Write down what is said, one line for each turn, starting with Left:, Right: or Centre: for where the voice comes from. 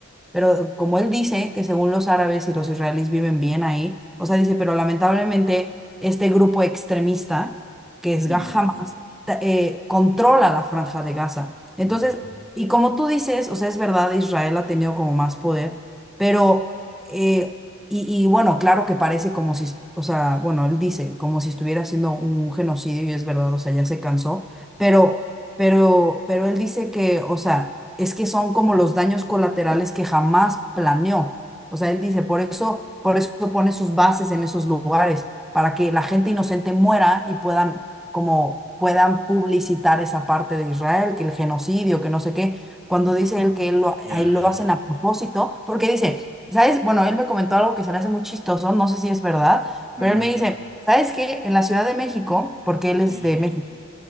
Centre: Pero como él dice que según los árabes y los israelíes viven bien ahí, o sea, dice, pero lamentablemente este grupo extremista, que es
Right: Mm,
Centre: Ga- Hamas, ta- eh, controla la franja de Gaza. Entonces,
Right: ya,
Centre: y como tú dices, o sea, es verdad, Israel ha tenido como más poder, pero, eh, y, y bueno, claro que parece como si, est- o sea, bueno, él dice, como si estuviera haciendo un genocidio y es verdad, o sea, ya se cansó, pero pero, pero él dice que, o sea, es que son como los daños colaterales que jamás planeó. O sea, él dice, por eso, por eso pone sus bases en esos lugares, para que la gente inocente muera y puedan, como, puedan publicitar esa parte de Israel, que el genocidio, que no sé qué. Cuando dice él que él lo,
Right: ya.
Centre: ahí lo hacen a propósito, porque dice, ¿sabes? Bueno, él me comentó algo que se me hace muy chistoso, no sé si es verdad,
Right: Mm,
Centre: pero él me dice, ¿sabes qué? En la Ciudad de México, porque él es
Right: sí,
Centre: de México.